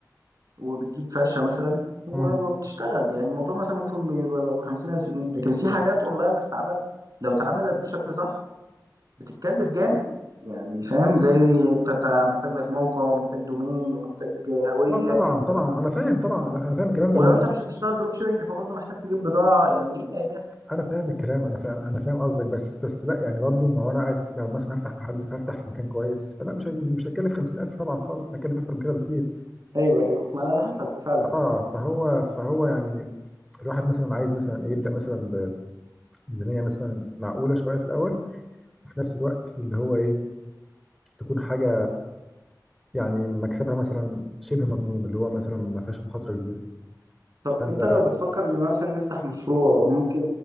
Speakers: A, on the right; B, in the centre.
A: وبتجيب فرشه مثلا و-
B: امم
A: وبتشتغل يعني الموضوع مثلا ممكن بيبقى ب 50000 جنيه لكن في حاجات اونلاين بتتعمل لو اتعملت بشكل صح بتتكلف جامد يعني فاهم زي انت أنت محتاج لك موقع ومحتاج دومين ومحتاج هويه
B: اه طبعا طبعا انا فاهم طبعا انا أنا فاهم الكلام
A: ولو
B: ده ما هو
A: انت مش هتشتغل دروب شيبنج فبرضه محتاج تجيب بضاعه يعني هي هي
B: انا فاهم الكلام انا فاهم انا فاهم قصدك بس بس لا يعني برضو ما هو انا عايز لو مثلا هفتح محل فهفتح في مكان كويس فلا مش هي- مش هيكلف 50000 طبعا خالص هيكلف اكتر من كده بكتير
A: ايوه ايوه ما على حسب فعلا
B: اه فهو فهو يعني الواحد مثلا عايز مثلا ايه يبدا مثلا بميزانيه مثلا معقوله شويه في الاول وفي نفس الوقت اللي هو ايه تكون حاجه يعني مكسبها مثلا شبه مضمون اللي هو مثلا ما فيهاش مخاطره كبيره
A: طب
B: فانت
A: انت لو بتفكر ان مثلا نفتح مشروع ممكن